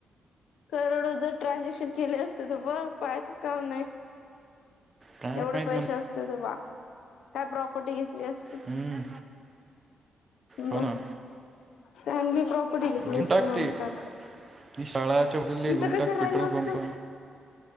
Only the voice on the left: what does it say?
करोडो जर ट्रान्झॅक्शन केले असते तर बस पाहायचं काम नाही
एवढे
पैशे
असते त बा काय प्रॉपर्टी घेतली असती
मग
चांगली प्रॉप -- कुठे घेतले
असते
मंग
तर
इथं
कशाला
राहिलो असतो